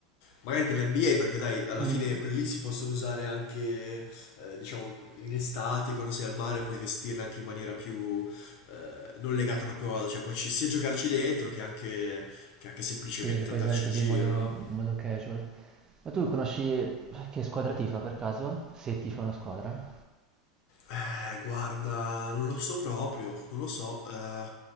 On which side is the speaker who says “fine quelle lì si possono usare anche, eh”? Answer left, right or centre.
Left